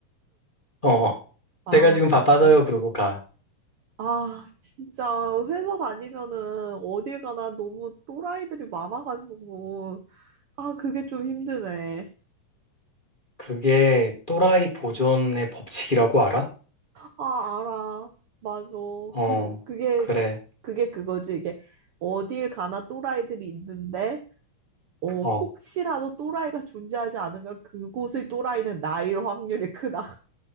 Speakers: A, on the left (about 30°); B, on the right (about 75°).
A: 어.
B: 아
A: 제가 지금 바빠서요.
B: 어.
A: 그러고 가.
B: 아, 진짜 회사 다니면은 어딜 가나 너무 또라이들이 많아가지고 아, 그게 좀 힘드네.
A: 그게 또라이 보존의 법칙이라고 알아?
B: 아, 알아. 맞아.
A: 어,
B: 그 그게
A: 그래.
B: 그게 그거지. 이게 어딜 가나 또라이들이 있는데 어,
A: 어,
B: 혹시라도 또라이가 존재하지 않으면 그곳의 또라이는 나일 확률이 크다.